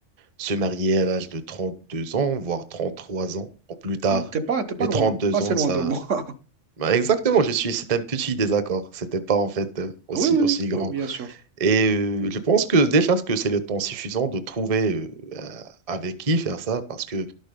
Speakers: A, on the right (about 30°); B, on the right (about 65°).
A: se marier à l'âge de 32 ans, voire 33 ans, ou plus tard.
B: Donc t'es pas, t'es pas
A: Mais
B: loin,
A: 32
B: pas assez
A: ans,
B: loin
A: ça...
B: de moi. <laughs>
A: Bah, exactement, je suis... C'est un petit désaccord. C'était pas en fait euh, aussi,
B: Oui, oui,
A: aussi
B: oui,
A: grand.
B: oui, bien sûr.
A: Et euh, je pense que déjà, ce que c'est le temps suffisant de trouver euh, euh, avec qui faire ça, parce que